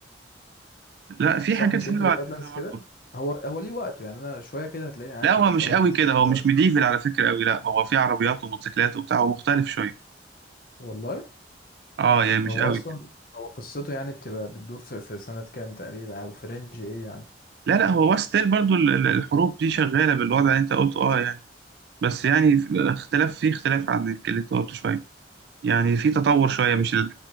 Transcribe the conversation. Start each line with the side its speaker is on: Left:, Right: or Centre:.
Right: لا في
Left: صح
Right: حاجات
Left: مش
Right: حلوه
Left: انتوا ذا
Right: على
Left: بادلاندز
Right: فكره برضه
Left: كده هو هو ليه وقته يعني انا شويه كده هتلاقيني عادي
Right: لا هو
Left: بتفرج
Right: مش قوي
Left: بس
Right: كده
Left: انا
Right: هو
Left: دلوقتي
Right: مش ميديفل على فكره قوي لا هو في عربيات وموتوسيكلات وبتاع هو مختلف شويه
Left: والله
Right: اه يعني مش
Left: هو
Right: قوي
Left: اصلا
Right: كده
Left: هو قصته يعني بتبقى بتدور في, في سنه كام تقريبا او في رينج ايه يعني
Right: لا لا هو ستيل برضه ال- ال- الحروب دي شغاله بالوضع اللي انت قلته اه يعني بس يعني في- اختلاف في اختلاف عن اللي انت قلته شويه يعني في تطور شويه مش ال...